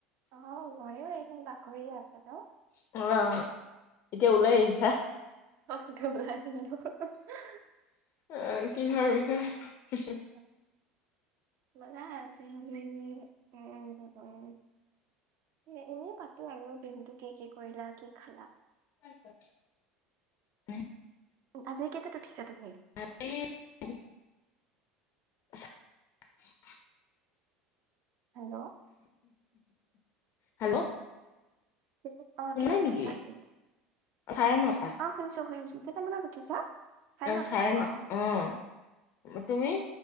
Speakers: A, on the right; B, on the left.
A: অ ময়ো এনে বাগৰিয়ে আছিলো
B: অ এতিয়া ওলাই আহিছা
A: <unintelligible>
B: অহ কিহৰ বিষয়
A: <unintelligible> এ এনেই পাতো আৰু দিনটো কি কি কৰিলা কি খালা।
B: <unintelligible>
A: আজি কেইটাত উঠিছা তুমি
B: <unintelligible> <unintelligible>
A: হেল্ল'।
B: হেল্ল'।
A: <unintelligible> অঁ',
B: শুনা
A: কেইটাত
B: নাই
A: উঠিছা
B: নেকি
A: আজি?
B: চাৰে নটা
A: অঁ', শুনিছো-শুনিছো কেইটা মানত উঠিছা? নটা
B: চাৰে ন'
A: অ
B: অঁহ',। তুমি?